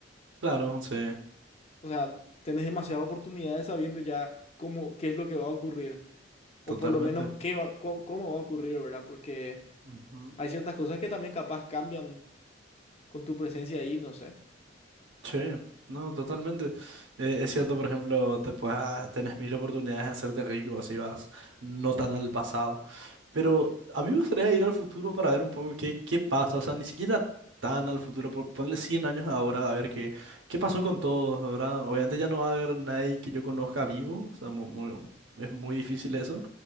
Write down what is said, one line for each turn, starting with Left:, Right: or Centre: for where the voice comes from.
Right: Claro, sí,
Left: O sea, tenés demasiadas oportunidades sabiendo ya cómo, qué es lo que va a ocurrir. O
Right: totalmente.
Left: por lo menos qué va, có- cómo, va a ocurrir, ¿verdad? Porque
Right: ujú,
Left: hay ciertas cosas que también capaz cambian con tu presencia ahí, no sé.
Right: Sí, no, totalmente. Eh, es cierto, por ejemplo, te puedes, ah, tenés mil oportunidades de hacerte rico si vas no tan al pasado. Pero a mí me gustaría ir al futuro para ver un poco qué, qué pasa. O sea, ni siquiera tan al futuro. pon- Ponle 100 años ahora a ver qué, qué pasó con todos, ¿verdad? Obviamente ya no va a haber nadie que yo conozca vivo. O sea, mu- mu- es muy difícil eso.